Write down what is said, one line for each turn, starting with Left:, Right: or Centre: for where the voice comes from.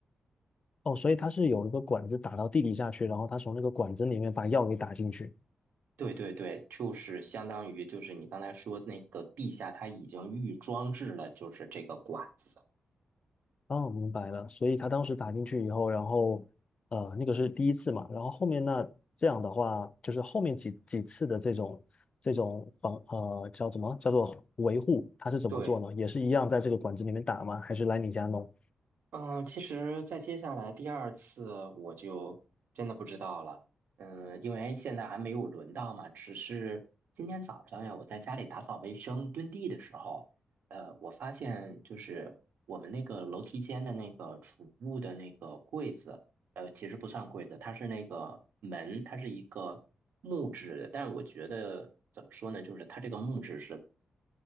Left: 哦，所以它是有一个管子打到地底下去，然后它从那个管子里面把药给打进去。
Right: 对对对，就是相当于就是你刚才说那个地下，它已经预装置了就是这个管子。
Left: 哦，明白了。所以他当时打进去以后，然后呃，那个是第一次嘛，然后后面那这样的话，就是后面几几次的这种这种防呃叫什么叫做维护，他是怎么做呢？
Right: 对，
Left: 也是一样在这个管子里面打吗？还是来你家弄？
Right: 嗯，其实，在接下来第二次我就真的不知道了。嗯，因为现在还没有轮到嘛，只是今天早上呀，我在家里打扫卫生、墩地的时候，呃，我发现就是我们那个楼梯间的那个储物的那个柜子，呃，其实不算柜子，它是那个门，它是一个木质的，但是我觉得怎么说呢，就是它这个木质是